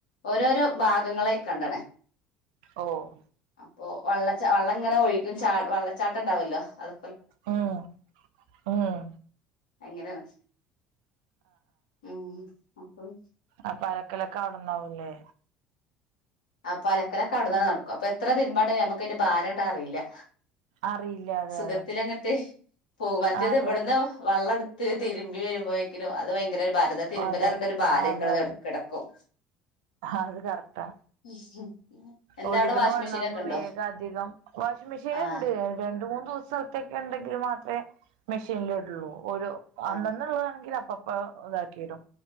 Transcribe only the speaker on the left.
ഓരോരോ ഭാഗങ്ങളായിക്കാണ്ടാണ്
ഓഹ് വള്ളച്ചാ വള്ളങ്ങനെ ഒഴുകും ചാ വള്ളച്ചാട്ടണ്ടാവല്ലോ അത്
അങ്ങനെയാണ് ഉം അപ്പള്
അപ്പൊ അലക്കലൊക്കെ അവിടെന്നന്നെ നടക്കും. അപ്പൊ എത്ര തിര്മ്പാണ്ടെങ്കിലും നമ്മക്കയിന്റെ ഭാരാട്ട് അറീയില്ലാ
സുഖത്തിൽ അങ്ങട്ട് പോകും മറ്റത്
ഇവിടുന്ന് വെള്ളം എടു ത്ത് തിരുമ്പി വരുമ്പോഴേക്കും അത് ഭയങ്കര ഭാരത തിരുമ്പല
ഇറണ്ട ഒരു ഭാര്യക്കത്
കിടക്കും
<unintelligible> എന്താ
അവിടെ വാഷിംഗ്
മെഷീൻ ഒക്കെ ഉണ്ടോ
ആ
ആ